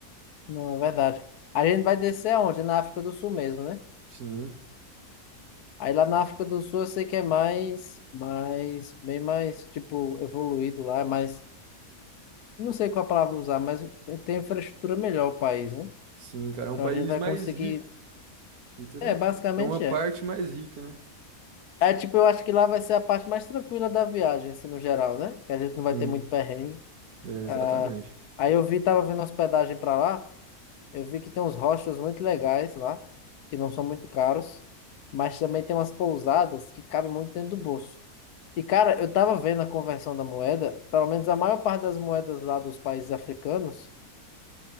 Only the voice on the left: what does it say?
não, é verdade. A gente vai descer aonde? Na África do Sul mesmo, né?
Aí lá na África do Sul eu sei que é mais, mais, bem mais, tipo, evoluído lá, mas não sei qual a palavra usar, mas tem infraestrutura melhor o país, né?
Então
a gente vai
conseguir
É, basicamente
é.
É tipo, eu acho que lá vai ser a parte mais tranquila da viagem, assim, no geral, né? Que a gente não vai
ter muito perrengue.
Ah, aí eu vi, tava vendo hospedagem pra lá, eu vi que tem uns hostels muito legais lá, que não são muito caros, mas também tem umas pousadas que cabem muito dentro do bolso. E, cara, eu tava vendo a conversão da moeda, pelo menos a maior parte das moedas lá dos países africanos,